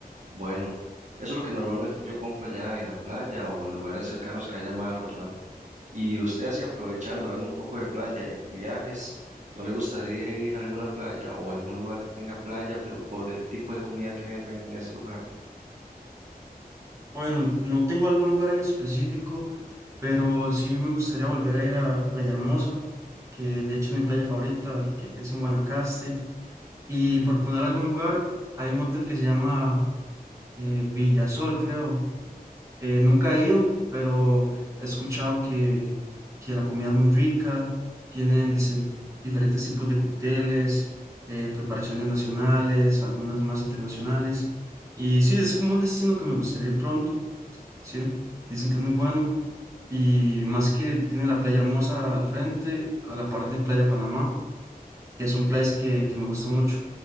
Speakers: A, on the right; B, on the right.
A: bueno. Eso es lo que normalmente yo compro ya en la playa o en lugares cercanos que haya mar, ¿verdad? Y usted así aprovechando, hablando un poco de playa y viajes, ¿no le gustaría ir a alguna playa o algún lugar que tenga playa, pero por el tipo de comida que vendan en ese lugar?
B: Bueno, no tengo algún lugar en específico, pero sí me gustaría volver a ir a Playa Hermosa, que de hecho es mi playa favorita, que es en Guanacaste. Y por poner algún lugar, hay un hotel que se llama eh, Villasol, creo. Eh, nunca he ido, pero he escuchado que, que la comida es muy rica, tienen dicen, diferentes tipos de cócteles, eh, preparaciones nacionales, algunas más internacionales. Y sí, es como un destino que me gustaría ir pronto. Sí, dicen que es muy bueno y más que tiene la playa hermosa al frente, a la par de Playa Panamá, que son playas que, que me gustan mucho.